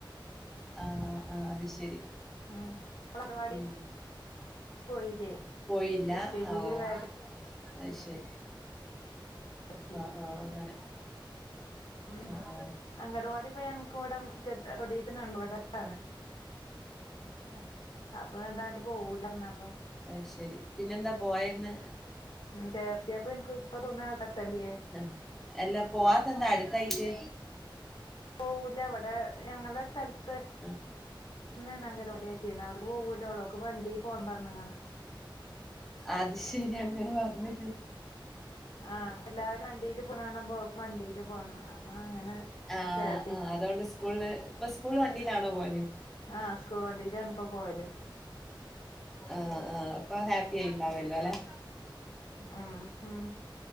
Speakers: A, in the centre; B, on the left.
A: ആഹ് ആഹ് അത് ശരി.
B: ഉം അംഗനവാടി
A: ഉം
B: പോയില്ലേ
A: പോയില്ല.
B: എൽ കെ ജിയില്
A: ഓഹ്
B: വേഗം
A: അയ് ശെരി.
B: വർക്ക്
A: ആഹ് അങ്ങനെ.
B: ഉം
A: ആഹ്
B: അംഗവാടിപ്പോ ഞങ്ങക്ക് വടെ തൊടീതന്നെ ഇവടാണ്. അഹ് അപ്പോ ണ്ടാണ്ട് പോവൂല്ല. ന്നാ
A: അയ്ശരി. പിന്നെന്താ പോയന്ന്.
B: ഉം ചേർത്തിയപ്പൊ എനിക്ക് ഇപ്പോ തോന്നി അടുത്തുതന്നെയല്ലേ.
A: ഹ് എല്ലാ പോവാത്ത എന്താ അടുത്തായിട്ട്.
B: പോകൂല്ല. അവിടെ ഞങ്ങളുടെ സ്ഥലത്ത്
A: ആ,
B: തന്നെയാണ് അംഗനവാടി. പിന്നെ അവിടെ പോകൂല്ല. അവൾക്ക് വണ്ടി പോവാൻ പറഞ്ഞാണ്ട്.
A: അത് ശരി. അങ്ങനെ പറഞ്ഞു.
B: ആഹ് എല്ലാരും വണ്ടില് പോണ് കാണുമ്പോൾ ഓക് വണ്ടിൽ പോണം. അപ്പോ അങ്ങനെ-
A: ആഹ്
B: ചേർത്തി
A: ആഹ് അതുണ്ട് സ്കൂള് ഇപ്പോ സ്കൂള് വണ്ടിയിലാണോ പോവല്.
B: ആഹ് സ്കൂൾ വണ്ടിയിലാണ് ഇപ്പോ പോവല്.
A: ആഹ് ആഹ് അപ്പോ ഹാപ്പി ആയിട്ടുണ്ടാവല്ലൊ. ലേ
B: ആഹ് ആഹ്